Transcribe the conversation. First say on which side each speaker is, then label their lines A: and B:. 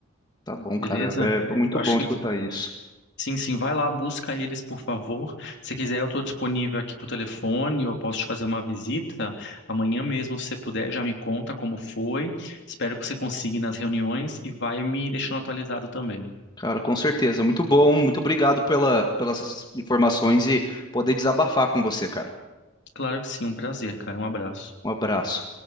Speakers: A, on the left (about 20°); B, on the left (about 55°).
A: tá bom,
B: beleza?
A: cara. É muito
B: Eu acho
A: bom
B: que
A: escutar isso.
B: sim, sim, vai lá, busca eles, por favor. Se quiser, eu estou disponível aqui por telefone, eu posso te fazer uma visita amanhã mesmo, se você puder, já me conta como foi. Espero que você consiga ir nas reuniões e vai me deixando atualizado também.
A: Cara, com certeza. Muito bom. Muito obrigado pela, pelas informações e poder desabafar com você, cara.
B: Claro que sim, um prazer, cara. Um abraço.
A: Um abraço.